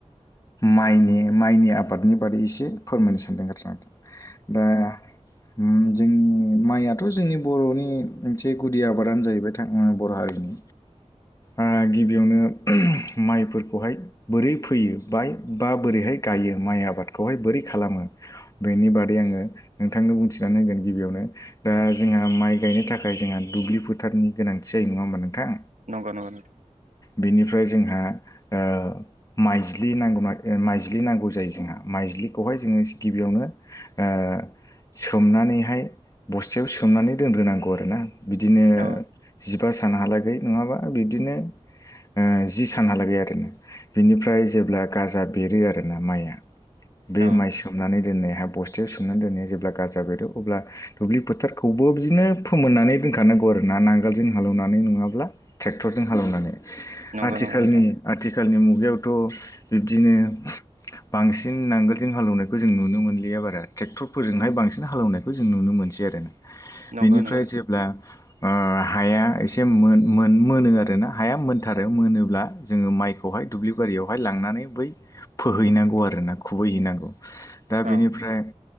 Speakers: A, on the left (about 25°); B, on the right (about 80°).
A: माइनि माइनि आबादनि बारै एसे फोरमायनो सान्दों आरोना नोंथां। दा उम्म जोंनि माइयाथ' जोंनि बर'नि मोनसे गुदि आबादानो जाहैबाय था उम्म बर' हारिनि आ गिबियावनो माइफोरखौहाय बोरै फैयो बाय बा बोरैहाय गायो माइ आबादखौहाय बोरै खालामो बेनि बादै आंङो नोंथांनो बुंथिनानै होगोन गिबियावनो दा जोंहा माइ गायनो थाखाय जोंहा दुब्लि फोथारनि गोनांथि जायो नों नङा होमबा नोंथां?
B: नंगौ नंगौ।
A: बेनिफ्राय जोंहा ओ माइज्लि नांगौना माइज्लि नांगौ जायो जोंहा माइ ज्लिखौहाय जोङो गिबियावनो ओ सोमनानैहाय बस्थायाव सोमनानै दोनग्रोनांगौ आरोना। बिदिनो
B: अ
A: जिबा सानहालागै नङाबा बिब्दिनो ओ जि सानहालागै आरोना बिनिफ्राय जेब्ला गाजा बेरो आरोना माइया बे
B: अ
A: माइ सोमनानै दोननाया आहा बस्थायाव सोमनानै दोननाया जेब्ला गाजा बेरो अब्ला दुब्लि फोथारखौबो बिदिनो फोमोननानै दोनखानां गौ आरो ना नांगोलजों हालौवनानै नङाब्ला ट्रेक क्टरजों हालेवनानै
B: नंगौ
A: आथिखालनि
B: नंगौ नोंथां
A: आथि खालनि मुगायावथ' बिब्दिनो बांसिन नांगोलजों हालौनायखौ जों नुनो मोनलिया बारा ट्रेक्टरफोरजोंहाय बांसिन हालेवनायखौ जों नुनो मोनसै आरो ना।
B: नंगौ
A: बेनिफ्राय
B: नोंथां
A: जेब्ला ओ हाया एसे मोन मोन मोनो आरोना हाया मोनथारो मोनोब्ला जोङो माइखौहाय दुब्लि बारियावहाय लांनानै बै फोहैनांगौ आरोना खुबैहैनांगौ दा बेनिफ्राय
B: अ